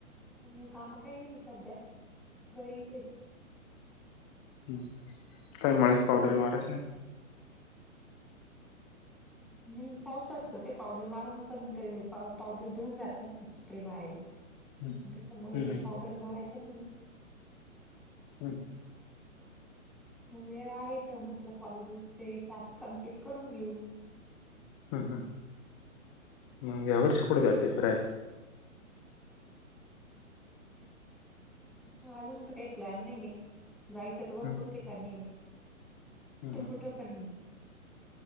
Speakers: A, in the centre; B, on the left (about 20°).
A: त्यामुळे काम काही नाही सध्या घरीच आहे.
B: ह काही मळ्यात पावडरी मारायच्या नाही.
A: नाही पावसाच काही पावडर मारून पण ते पावडर धुऊन जातं ना स्प्रे मारल.
B: हम्म
A: आणि त्याच्यामुळे
B: हम्म
A: पावडर मारायचा नाही मी.
B: हं हं.
A: वेळ आहे तर म्हटलं कॉलचे ते टास्क कम्प्लीट करून घेऊ.
B: हम्म हम् मग या वर्षी पुढे जायचं फिरायला.
A: तसं अजून तर काही प्लॅन नाहीय जायचं तर भरपूर
B: हम्म
A: ठिकाणी आहे.
B: हम्म
A: कुठ कुठ पण.